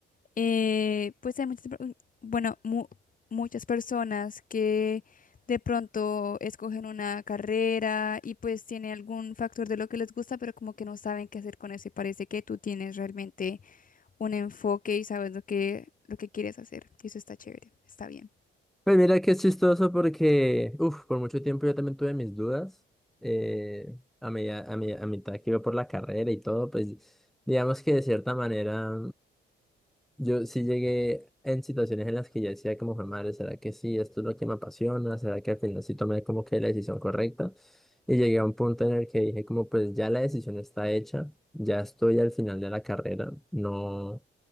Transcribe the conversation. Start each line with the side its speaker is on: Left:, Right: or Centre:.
Left: eh, pues hay muchas, per- bueno, mu- muchas personas que de pronto escogen una carrera y pues tiene algún factor de lo que les gusta, pero como que no saben qué hacer con eso y parece que tú tienes realmente un enfoque y sabes lo que, lo que quieres hacer. Y eso está chévere, está bien.
Centre: Pues mira que es chistoso porque, uff, por mucho tiempo yo también tuve mis dudas. eh, a media a mi- a mitad que iba por la carrera y todo, pues digamos que de cierta manera yo sí llegué en situaciones en las que ya decía como, "Jue madre, ¿será que sí? Esto es lo que me apasiona, ¿será que al final sí tomé como que la decisión correcta? Y llegué a un punto en el que dije como, pues ya la decisión está hecha, ya estoy al final de la carrera, no,